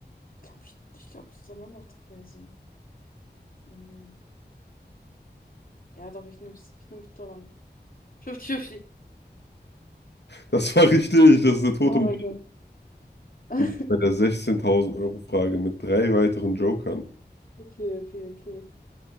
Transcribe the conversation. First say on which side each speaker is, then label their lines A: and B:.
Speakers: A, on the left; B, on the left.
A: ich glaube, ich, ich glaube, toter Mann macht doch mehr Sinn. Mm. Ja, doch, ich nehm's. Ich nehm Tutoran. 50-50.
B: Das war richtig, das ist der tote
A: Oh
B: Mann.
A: mein Gott. <laughs>
B: Du bist bei der 16.000-Euro-Frage mit drei weiteren Jokern.
A: Okay, okay, okay.